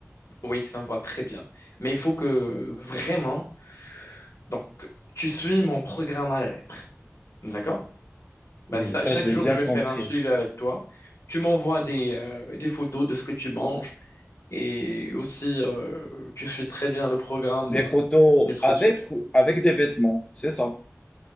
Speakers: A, on the left (about 65°); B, on the left (about 20°).
A: Oui, ça me va très bien. Mais il faut que vraiment Donc, tu suis mon programme à la lettre. D'accord?
B: Oui,
A: Ben, ça,
B: ça,
A: chaque
B: je
A: jour,
B: l'ai bien
A: je vais
B: compris.
A: faire un suivi avec toi. Tu m'envoies des, euh, des photos de ce que tu manges et aussi, euh, tu suis très bien le programme
B: Des
A: euh,
B: photos
A: nutritionnel.
B: avec ou avec des vêtements, c'est ça?